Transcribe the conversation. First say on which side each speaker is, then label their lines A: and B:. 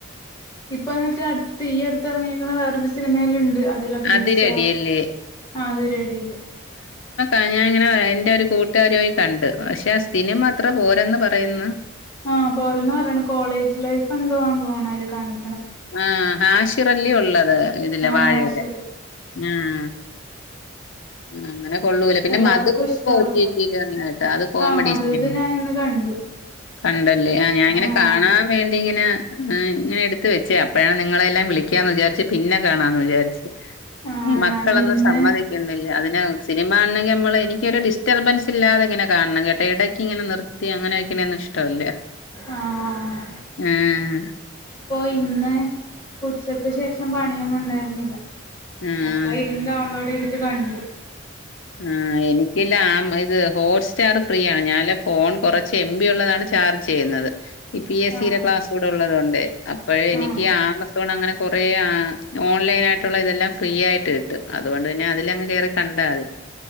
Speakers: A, on the left (about 15°); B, on the left (about 70°).
A: <inaudible> ഇപ്പന്നിട്ട് അട്ത്ത് ഈ അട്ത്തറങ്ങിക്ക്ണ വേറൊരു സിനിമയില്ണ്ട് അതിലഭിനയിച്ച
B: അതിരടിയല്ലേ
A: ആ അത് ലേഡില്
B: ആഹ് ഞാൻ ഇങ്ങനെ എന്റെ ഒര് കൂട്ടാരി പോയ് കണ്ട് പക്ഷെ ആ സിനിമ അത്ര പോരെന്ന് പറയ്ന്ന്.
A: ആഹ് പോരെന്ന് പറയ്ണ്, കോളേജ് ലൈഫ് എന്തോ ആണെന്ന് തോനുന്നു അയില് കാണി
B: ആഹ് ഹാഷിറല്ലി ഒള്ളത് ഇതില്
A: ആഹ്
B: വാഴേല്.
A: ആഹ് ശരി
B: ആഹ്
A: <inaudible>
B: അങ്ങനെ കൊള്ളൂല പിന്നെ
A: എല്ലാവർക്കും
B: മധുവിധം
A: ഇഷ്ട്ടാവൂലത്.
B: ഇപ്പൊ ഒ ടി ടി യിൽ വന്ന് കേട്ടോ അത് കോമഡി
A: ആഹ് മധുവിധു
B: സിനിമയാ
A: ഞാന് ഇന്ന് കണ്ടു. <inaudible>
B: കണ്ടല്ലേ ആഹ്, ഞാനിങ്ങനെ
A: ആഹ്
B: കാണാൻ വേണ്ടി ഇങ്ങന ഏഹ് ഇങ്ങനെ എ ട്ത്ത് വെച്ചേഴാ അപ്പഴാണിങ്ങളെയെല്ലാം വിളിക്കാംന്ന് വിചാരിച്ച് പിന്നെ കാണാംന്ന് വിചാരിച്ച്.
A: ആഹ്
B: മക്കളൊന്നും
A: ഞാൻ ഇന്ന്
B: സമ്മതിക്കുന്നില്ല, അതിന് സിനിമ കാണണെങ്കില് നമ്മള് എനിക്കൊര് ഡിസ് ഡിസ്റ്റർബൻസില്ലാതെ ഇങ്ങനെ കാണണം എട എടയ്ക്കിങ്ങനെ നിർത്തി അങ്ങനെ വെയ്ക്ക്‌ണൊന്നും ഇഷ് ഷ്ട്ടമല്ല.
A: ആഹ്
B: ആഹ്
A: അപ്പം ഇന്ന് ഉച്ചക്ക് ശേഷം പണിയൊന്നും ഉണ്ടായിരുന്നില്ല
B: ആഹ്
A: അപ്പൊ ഇരുന്ന് ഡൗൺലോഡ് ചെയ്തിട്ട് കണ്ട്.
B: ആഹ് എനിക്കില്ലാമ്പിത് ഹോട്ട്സ്റ്റാറ് ഫ്രീയാണ്. ഞാൻല്ല ഫോൺ കൊറച്ച് എം ബി ഉള്ളതാണ് റീചാർജ് ചെയ്യുന്നത്. ഈ പി എസ്
A: ആഹ്
B: സിയുടെ
A: ആഹ്
B: ക്ലാസും കൂടെ ഉള്ളതുകൊണ്ട് ണ്ട്, അപ്പഴെ എനിക്ക്
A: ആഹ്
B: ഈ ആമസണങ്ങനെ കൊറ യാ ഓൺലൈനായിട്ടുള്ളതെല്ലാം ഫ്രീ ആയിട്ട് കിട്ടും. അതുകൊണ്ട് പിന്നെ അതിലങ്ങ് കേറി കണ്ടാമതി,